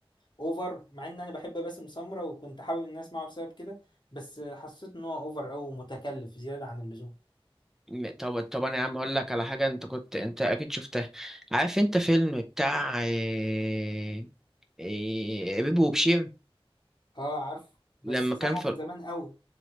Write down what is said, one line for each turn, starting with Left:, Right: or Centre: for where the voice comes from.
Left: اوفر مع ان انا بحب باسم سمرة وكنت حابب الناس معه بسبب كده بس حسيت ان هو اوفر او متكلف زياده عن اللزوم
Centre: م- طب طب انا يا عم اقول لك على حاجه انت كنت انت اكيد شفتها عارف انت فيلم بتاع إيه... إيه... بيبو وبشير
Left: اه عارفه بس
Centre: لما
Left: سامعه
Centre: كان في
Left: من زمان قوي